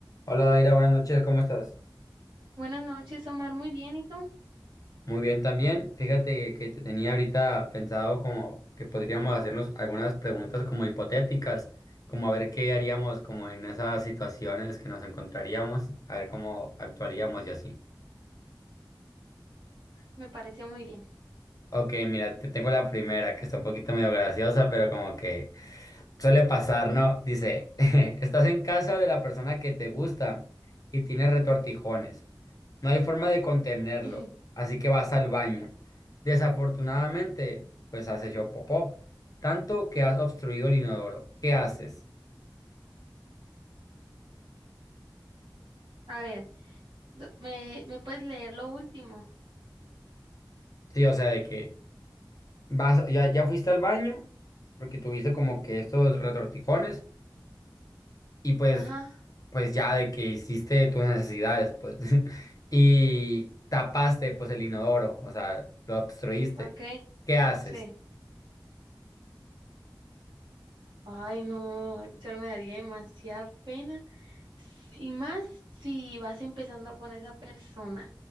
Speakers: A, on the left; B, on the right.
A: Hola Daira, buenas noches, ¿cómo estás?
B: Buenas noches, Omar. Muy bien, ¿y tú?
A: Muy bien también. Fíjate que, que te tenía ahorita pensado como que podríamos hacernos algunas preguntas como hipotéticas, como a ver qué haríamos como en esas situaciones que nos encontraríamos, a ver cómo actuaríamos y así.
B: Me parece muy bien.
A: Ok, mira, te tengo la primera que está un poquito medio graciosa, pero como que suele pasar, ¿no? Dice, <laughs> estás en casa de la persona que te gusta y tienes retortijones. No hay forma de contenerlo,
B: <laughs>
A: así que vas al baño. Desafortunadamente, pues has hecho popó, tanto que has obstruido el inodoro. ¿Qué haces?
B: A ver, do- ¿me, me puedes leer lo último?
A: Sí, o sea, de que vas, ya, ya fuiste al baño, porque tuviste como que estos retortijones, y pues,
B: Ajá,
A: pues ya de que hiciste tus necesidades, pues, <laughs> y tapaste, pues, el inodoro, o sea, lo obstruiste.
B: ok,
A: ¿Qué haces?
B: sí. Ay, no, yo me daría demasiada pena. Y más si vas empezando con esa persona.